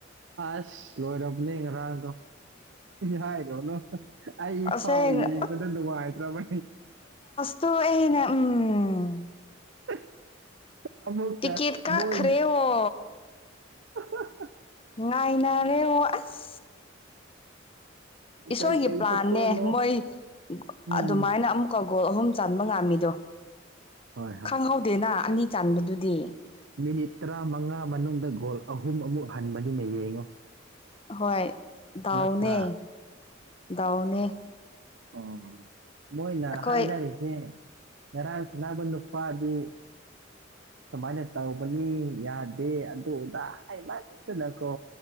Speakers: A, on the right; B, on the left.
A: ꯑꯁ ꯂꯣꯏꯔꯕꯅꯦ ꯉꯔꯥꯡꯗꯣ ꯍꯥꯏꯔꯨꯅꯨ ꯑꯩꯐꯥꯎ
B: ꯑꯁꯦꯡ
A: ꯌꯦꯡꯕꯗ ꯅꯨꯡꯉꯥꯏꯇ꯭ꯔꯕꯅꯤ
B: ꯇꯣꯛꯑꯦꯅ ꯎꯝ
A: <unintelligible> ꯑꯃꯨꯛꯀ
B: ꯇꯤꯀꯦꯠ ꯀꯥꯛꯈꯔꯦꯋꯣ
A: ꯃꯣꯏ <unintelligible>
B: ꯉꯥꯏꯅꯔꯦꯉꯣ ꯑꯁ ꯏꯁꯣꯔꯒꯤ
A: ꯀꯩꯀꯩ
B: ꯄ꯭ꯂꯥꯟꯅꯦ
A: ꯐꯣꯇꯣꯅꯣ
B: ꯃꯣꯏ
A: ꯎꯝ
B: ꯑꯗꯨꯃꯥꯏꯅ ꯑꯃꯨꯛ ꯀ ꯒꯣꯜ ꯑꯍꯨꯝ ꯆꯥꯟꯕ ꯉꯥꯝꯃꯤꯗꯣ
A: ꯍꯣꯏ ꯍꯣꯏ
B: ꯈꯪꯍꯧꯗꯦꯅ ꯑꯅꯤ ꯆꯥꯟꯕꯗꯨꯗꯤ
A: ꯃꯤꯅꯤꯠ ꯇꯔꯥꯃꯉꯥ ꯃꯅꯨꯡꯗ ꯒꯣꯜ ꯑꯍꯨꯝ ꯑꯃꯨꯛ ꯍꯟꯕꯅꯤꯅ ꯌꯦꯡꯉꯨ
B: ꯍꯣꯏ ꯗꯥꯎꯅꯦ
A: ꯉꯛꯇ꯭ꯔꯥ
B: ꯗꯥꯎꯅꯦ
A: ꯑꯣ ꯃꯣꯏꯅ
B: ꯑꯩꯈꯣꯏ
A: ꯍꯥꯏꯅꯔꯤꯁꯦ ꯉꯔꯥꯡ ꯁꯥꯟꯅꯕ ꯅꯨꯄꯥꯗꯤ ꯁꯨꯃꯥꯏꯅ ꯇꯧꯕꯅꯤ ꯌꯥꯗꯦ ꯑꯗꯨꯗꯥ ꯍꯥꯏꯃꯟꯗꯅꯀꯣ